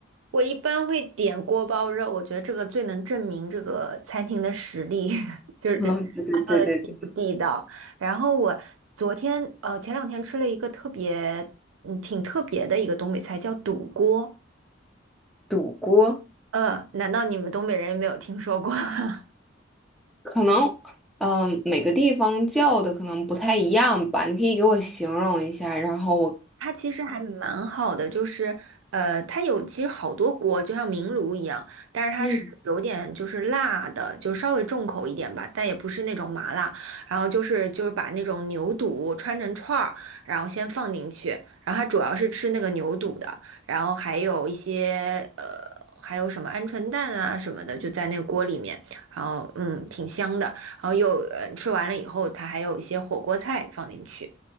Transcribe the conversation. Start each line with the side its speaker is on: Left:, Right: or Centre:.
Right: 我一般会点锅包肉，我觉得这个最能证明这个餐厅的实力，<laughs> 就是
Centre: 嗯，对对对对对，
Right: 它做的地不地道。然后我昨天呃前两天吃了一个特别嗯挺特别的一个东北菜，叫肚锅。
Centre: 赌锅
Right: 呃，难道你们东北人没有听说过？<laughs>
Centre: 可能，嗯、每个地方叫的可能不太一样吧。你可以给我形容一下，然后我，
Right: 它其实还蛮好的，就是呃，它有其实好多锅，就像明炉一样，但是它是有点就是辣的，
Centre: 嗯
Right: 就稍微重口一点吧，但也不是那种麻辣。然后就是就是把那种牛肚穿成串儿，然后先放进去，然后它主要是吃那个牛肚的，然后还有一些呃，还有什么鹌鹑蛋啊什么的，就在那个锅里面，然后嗯，挺香的。然后又呃吃完了以后，它还有一些火锅菜放进去，